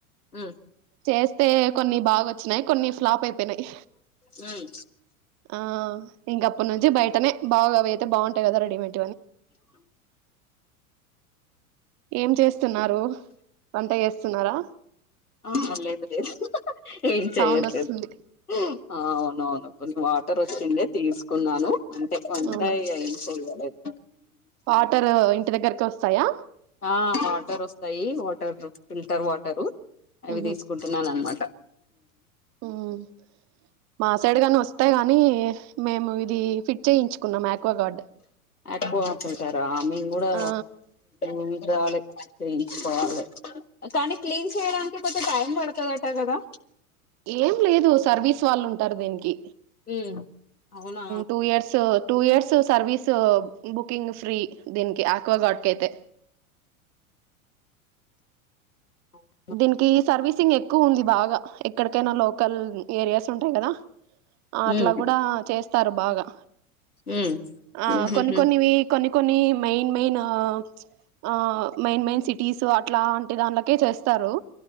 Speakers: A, on the left; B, on the right.
A: అ
B: చేస్తే కొన్ని బాగా వచ్చినాయి కొన్ని ఫ్లాప్ అయిపోయినాయి
A: మ్మ్
B: ఆ ఇంకప్పటి నుంచి బయటనే బాగా అవి అయితే బాగుంటాయి కదా రెడీమెడ్ ఏం చేస్తున్నారు వంట చేస్తున్నారా
A: ఆ లేదు లేదు ఏం చేయట్లేదు
B: సౌండ్ వస్తుంది
A: ఆ అవునవును కొన్ని వాటర్ వచ్చిండే తీసుకున్నాను అంటే వంటాయి
B: అవునా
A: ఇగ ఏం చెయ్యలేద్
B: వాటర్ ఇంటి దగ్గరకే వస్తాయా
A: ఆ వాటర్ వస్తాయి వాటర్ ఫిల్టర్ వాటరు అవి
B: ఉహు
A: తీసుకుంటున్నానమాట
B: మ్ మా సైడ్ కాని వస్తేయి గాని మేము ఈ ఫిట్ చేయించుకున్నాం ఏక్వా గార్డ్
A: ఏక్వాకొనుక్కుంటారా మేము గూడా
B: ఆ
A: ఉండాలె తీయించుకొవాలె కానీ క్లీన్ చేయడానికి కొంచెం టైం పడతదట కదా
B: ఏం లేదు సర్వీస్ వాళ్ళు ఉంటారు దీనికి
A: ఉమ్ అవునా
B: two years two years service booking free దీనికి ఆక్వా గార్డ్ కైయితే
A: ఓ
B: దీనికి సర్వీసింగ్ ఎక్కువ ఉంది బాగా ఎక్కడికైనా లోకల్ ఏరియాస్ ఉంటాయి కదా అట్లా
A: ఉమ్
B: కూడా చేస్తారు బాగా
A: ఉమ్
B: ఆ
A: ఉహుహు
B: కొన్ని కొన్నివి కొన్ని కొన్ని మెయిన్ మెయిన్ ఆ ఆ మెయిన్ మెయిన్ సిటీస్ అట్లా అంటి దానికే చేస్తారు